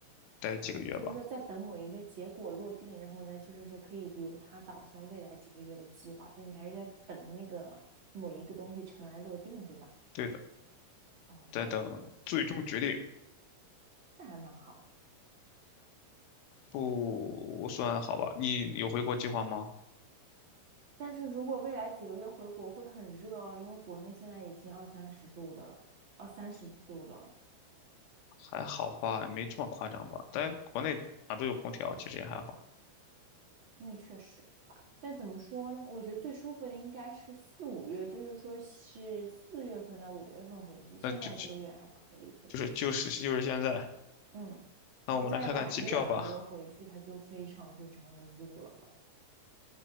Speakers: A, on the left (about 80°); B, on the right (about 65°).
A: 待几个月吧，
B: 哦，就是说在等某一个结果落定，然后呢，就是说可以由它导向未来几个月的计划，所以你还是在等那个某一个东西尘埃落定，对吧？
A: 对的，
B: 哦，
A: 在等最终决定，
B: 那还蛮好的。
A: 不算好吧？你有回国计划吗？
B: 但是如果未来几个月回国会很热哦，因为国内现在已经二三十度了，二三十度了。
A: 还好吧，没这么夸张吧？但国内哪都有空调，其实也还好。
B: 那确实，但怎么说呢？我觉得最舒服的应该是四五月，就是说是四月份到五月份回去。现在这个月还可以回去，
A: 那就就就是就是就是现在。
B: 嗯，
A: 那我们来看看机票吧。
B: 你再晚一两个月回去，它就非常非常的热了。